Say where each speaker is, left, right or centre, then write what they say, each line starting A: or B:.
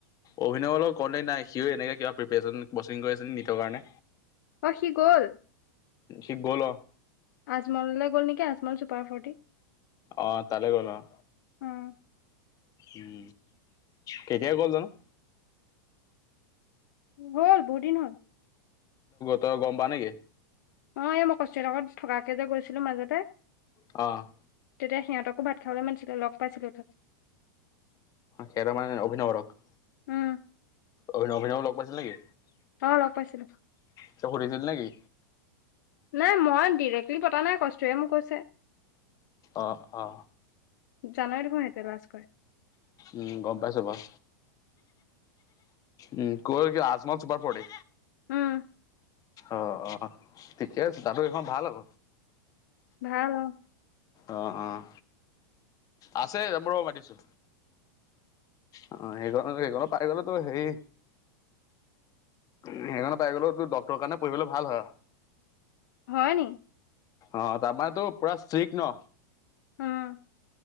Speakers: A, on the left; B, on the left.
A: অভিনয় লগত কণ্টে নাই, সিয়ো এনেকে কিবা প্ৰেপেচন কচিং কৰি আছে নেকি নিটৰ কাৰণে।
B: সি গ'ল।
A: সি গ'ল অঁ।
B: আজমললৈ গ'ল নেকি, আজমল চুপাৰ ফৰ্টি।
A: অঁ তালে গ'ল অঁ।
B: অ'
A: উম কেতিয়া গ'ল জানোঁ।
B: হ'ল বহু দিন হ'ল।
A: তই গম পাও নেকি?
B: অঁ' এই মই কস্তুৰী লগত থকাকে যে গৈছিলো মাজতে-
A: অ'
B: তেতিয়া সিহঁতকো ভাত খাবলৈ মাতিছিলে, লগ পাইছিলো তাত।
A: সিহঁতক মানে অভিনৱক?
B: উম
A: অভিন অভিনৱক লগ পাইছিলা নেকি?
B: অঁ' লগ পাইছিলোঁ।
A: তই সুধিছিলি নেকি?
B: নাই মই ডিৰেক্টলি পতা নাই, কস্তুৰীয়ে মোক কৈছে
A: অ অ।
B: জানাই দেখোন সেইটোৱে লাজ কৰে।
A: উম গম পাইছো বাও, উম কয় আজমল চুপাৰ ফৰ্তি
B: উম
A: অ অ ঠিকে আছে, দাদু এইখন ভাল হব।
B: ভাল অঁ।
A: অঁ অঁ আছে ৰ মই মাতিছো। অঁ, সেইখন সেইখনত পাই গ'লেতো হেই সেইখনো পাই গ'লো তোৰ ডৰক্ট কাৰণে পঢ়িবলে ভাল হয়।
B: হয় নি?
A: অঁ, তাপাটো পোৰা ষ্ট্ৰিক ন।
B: উম